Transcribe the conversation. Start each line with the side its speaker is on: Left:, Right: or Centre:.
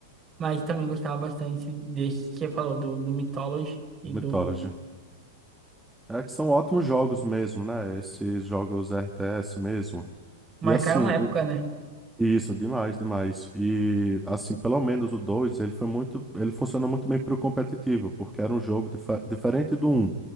Right: mas também gostava bastante desse que você falou, do, do Mythology e
Centre: Mythology?
Right: do...
Centre: É que são ótimos jogos mesmo, né? Esses jogos RTS mesmo.
Right: Marcaram
Centre: E assim,
Right: época,
Centre: o,
Right: né?
Centre: Isso, demais, demais. E assim, pelo menos o dois ele foi muito, ele funciona muito bem pro competitivo, porque era um jogo dife- diferente do um